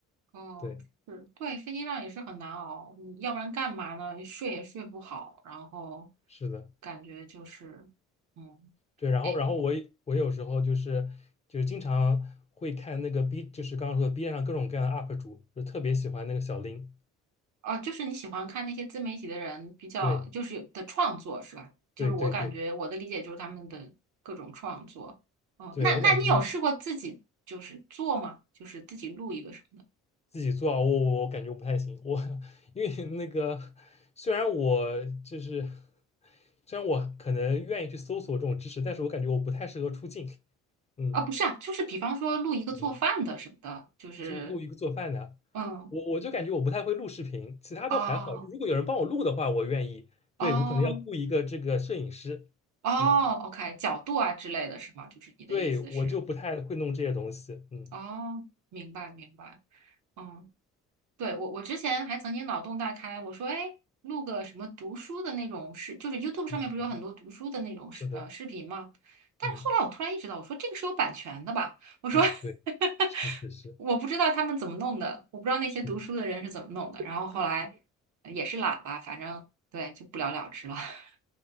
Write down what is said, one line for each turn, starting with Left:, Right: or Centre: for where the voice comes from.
Right: 哦，
Left: 对，
Right: 是，对，飞机上也是很难熬，你要不然干嘛呢？睡也睡不好，然后
Left: 是的。
Right: 感觉就是，嗯，
Left: 对，然后然后我也我有时候就是就是经常会看那个
Right: 哎，
Left: B，就是刚刚说的 B 站上各种各样的 UP 主，就特别喜欢那个小林。
Right: 哦，就是你喜欢看那些自媒体的人比较，
Left: 对
Right: 就是有的创作是吧？就是我感觉我的理解就是他们的各种创作。
Left: 对对对
Right: 哦，
Left: 对，
Right: 那那你有试过自己就是做吗？
Left: 我感觉就是
Right: 就是自己录一个什么的？
Left: 自己做啊，我我我感觉我不太行，我 <laughs> 因为那个虽然我就是虽然我可能愿意去搜索这种知识，但是我感觉我不太适合出镜。嗯
Right: 啊，不是啊，就是比方说录一个做饭的什么的，
Left: 嗯。
Right: 就是
Left: 租录一个做饭的，
Right: 嗯，
Left: 我我就感觉我不太会录视频，其他都还好。
Right: 哦
Left: 就如果有人帮我录的话，我愿意。对，
Right: 哦。
Left: 我可能要雇一个这个摄影师，
Right: 哦，OK，
Left: 嗯，
Right: 角度啊之类的是吗？就是你的意思是，
Left: 对，我就不太会弄这些东西，嗯
Right: 哦，明白明白，嗯，对，我我之前还曾经脑洞大开，我说，哎，录个什么读书的那种视，就是 YouTube 上面不是有很多读书的那种视呃视频吗？
Left: 嗯，嗯是的，
Right: 但是后来我突然意识到，
Left: 嗯
Right: 我说这个是有版权的吧？我说
Left: 啊，
Right: <laughs>
Left: 对，是是是
Right: 我不知道他们怎么弄的，我不知道那些读书的人是怎么弄的。
Left: 是的，
Right: 然后后来呃也是懒吧，反正对，就不了了之了。<laughs>